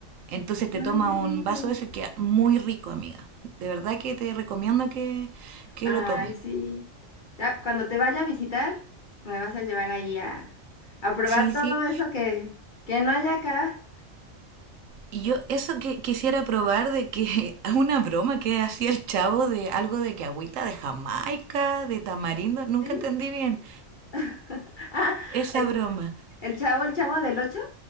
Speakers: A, on the right (about 85°); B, on the left (about 40°).
A: Entonces te
B: Ay,
A: toma
B: qué rico.
A: un vaso de eso y queda muy rico, amiga. De verdad que te recomiendo que, que
B: Ay,
A: lo tomes.
B: sí. Ya, cuando te vaya a visitar, me vas a llevar ahí a, a probar
A: Sí,
B: todo
A: sí.
B: eso que, que no hay acá.
A: Y yo eso que quisiera probar de que <laughs> una broma que hacía el chavo de algo de que agüita de Jamaica, de tamarindo, nunca
B: ¿Sí?
A: entendí bien
B: <laughs> Ah,
A: esa
B: el,
A: broma.
B: el chavo, el chavo del ocho.